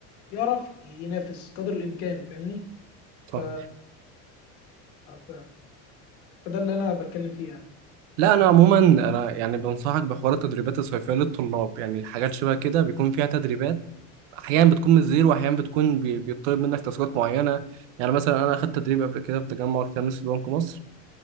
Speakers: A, on the left; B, on the right.
A: يعرف ينافس قدر الامكان فاهمني
B: صح
A: ف... ف... فده اللي انا بتكلم فيه يعني
B: لا انا عموما انا يعني بنصحك بحوار التدريبات الصيفيه للطلاب يعني الحاجات شبه كده بيكون فيها تدريبات احيانا بتكون من الزيرو واحيانا بتكون بي- بيطلب منك تاسكات معينه يعني مثلا انا اخدت تدريب قبل كده في تجمع الخامس في بنك مصر